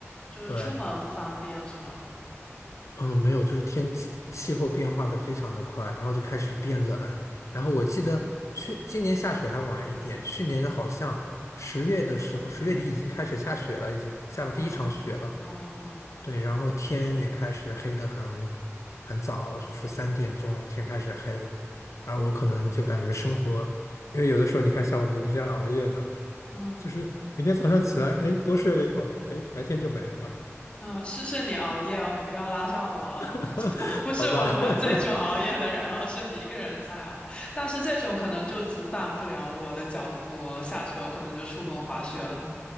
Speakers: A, on the left; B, on the left.
A: 就是出门不方便是吗？
B: 对，嗯，没有，就是天气气候变化的非常的快，然后就开始变冷。
A: 嗯
B: 然后我记得去今年下雪还晚一点，
A: 嗯
B: 去年好像十月的时候，十月底已经开始下雪了，已经下了第一场雪了。
A: 嗯嗯嗯。
B: 对，然后天也开始黑的很很早，就是三点钟天开始黑。然后我可能就感觉生活，因为有的时候你看像我们这样熬夜的，
A: 嗯
B: 就是每天早上起来，哎，多睡了一会儿，哎，白天就没了，
A: 嗯，是是你熬夜哦，你不要拉上我哦
B: <laughs>
A: <laughs> 不是我们这种熬夜的人哦，
B: 好吧。<laughs>
A: 是你一个人在熬。但是这种可能就阻挡不了我的脚步哦，下去我可能就出门滑雪了。